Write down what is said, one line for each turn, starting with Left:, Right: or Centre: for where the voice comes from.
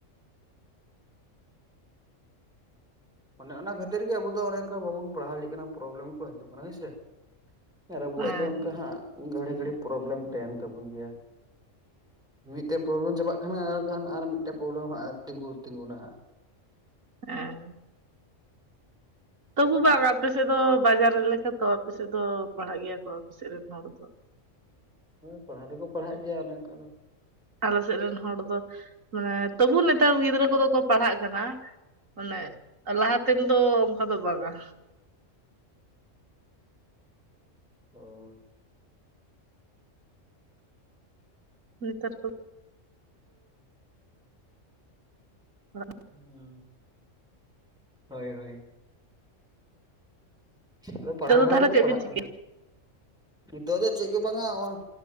Centre: ᱚᱱᱮ ᱚᱱᱟ ᱠᱷᱟᱹᱛᱤᱨ ᱜᱮ ᱟᱵᱚ ᱫᱚ ᱚᱱᱮ ᱚᱝᱠᱟ ᱵᱟᱵᱩᱱ ᱯᱟᱲᱦᱟᱣ ᱫᱟᱲᱮᱜ ᱠᱟᱱᱟ ᱯᱨᱚᱵᱞᱮᱢ ᱠᱚ ᱦᱟᱹᱡᱩᱜ ᱠᱟᱱᱟ ᱦᱳᱭᱥᱮ᱾ ᱟᱨ ᱟᱵᱚᱣᱟᱜ
Right: ᱦᱮᱸ
Centre: ᱫᱚ ᱚᱝᱠᱟ ᱦᱟᱸᱜ ᱜᱷᱟᱹᱲᱤ ᱜᱷᱟᱹᱲᱤ ᱯᱨᱚᱵᱞᱮᱢ ᱛᱟᱦᱮᱱ ᱛᱟᱵᱩᱱ ᱜᱮᱭᱟ᱾ ᱢᱤᱫᱴᱮᱜ ᱯᱨᱚᱵᱞᱮᱢ ᱪᱟᱵᱟᱜ ᱠᱷᱟᱱ ᱟ ᱠᱷᱟᱱ ᱟᱨ ᱢᱤᱫᱴᱮᱜ ᱯᱨᱚᱵᱞᱮᱢ ᱦᱟᱸᱜ ᱛᱤᱸᱜᱩ ᱛᱤᱸᱜᱩᱱᱟ ᱦᱟᱸᱜ᱾
Right: ᱦᱮᱸ
Centre: ᱦᱟᱸᱜ
Right: ᱛᱚᱵᱩ ᱵᱟᱝ ᱟᱯᱮ ᱥᱮᱜ ᱫᱚ ᱵᱟᱡᱟᱨ ᱮᱞᱮᱠᱟ ᱛᱚ ᱟᱯᱮ ᱥᱮᱜ ᱫᱚ ᱯᱟᱲᱦᱟᱜ ᱜᱮᱭᱟ ᱠᱚ ᱟᱯᱮ ᱥᱮᱜ ᱨᱮᱱ ᱦᱚᱲ ᱫᱚ᱾
Centre: ᱦᱳᱭ ᱯᱟᱲᱦᱟᱣ ᱫᱚᱠᱚ ᱯᱟᱲᱦᱟᱜ ᱜᱮᱭᱟ ᱚᱱᱮ ᱚᱝᱠᱟ ᱫᱚ᱾
Right: ᱟᱞᱮ ᱥᱮᱜ ᱨᱮᱱ ᱦᱚᱲ ᱫᱚ ᱢᱟᱱᱮ ᱛᱚᱵᱩ ᱱᱮᱛᱟᱨ ᱜᱤᱫᱽᱨᱟᱹ ᱠᱚᱫᱚ ᱠᱚ ᱯᱟᱲᱦᱟᱜ ᱠᱟᱱᱟ᱾ ᱢᱟᱱᱮ ᱞᱟᱦᱟᱛᱮᱱ ᱫᱚ ᱚᱝᱠᱟ ᱫᱚ ᱵᱟᱝᱟ᱾
Centre: ᱚ
Right: ᱧᱮᱛᱟᱨ ᱫᱚ <inaudible>
Centre: <inaudible> ᱦᱳᱭ ᱦᱳᱭ᱾ ᱟᱫᱚ ᱯᱟᱲᱦᱟᱣ
Right: ᱱᱤᱛᱚᱜ ᱫᱚ
Centre: ᱦᱚᱲ
Right: ᱛᱟᱦᱚᱞᱮ
Centre: ᱫᱚᱠᱚ
Right: ᱪᱮᱫ
Centre: ᱯᱟᱲᱦᱟᱜ
Right: ᱵᱤᱱ
Centre: ᱠᱟᱱ
Right: ᱪᱤᱠᱟᱹᱭᱟ
Centre: ᱱᱤᱛᱚᱜ ᱫᱚ ᱪᱮᱜ ᱜᱮ ᱵᱟᱝᱟ ᱦᱚᱸᱜᱼᱚᱭ